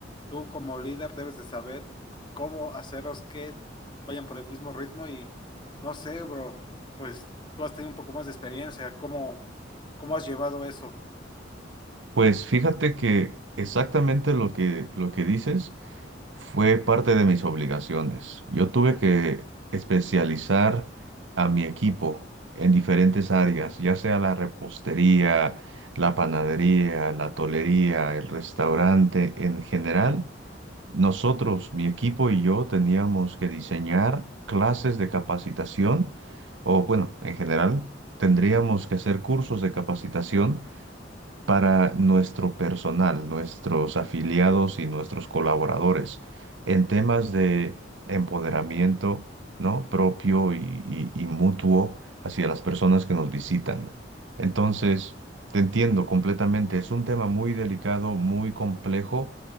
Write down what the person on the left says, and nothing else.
tú como líder debes de saber cómo hacerlos que vayan por el mismo ritmo y no sé, bro, pues tú has tenido un poco más de experiencia, ¿cómo, cómo has llevado eso?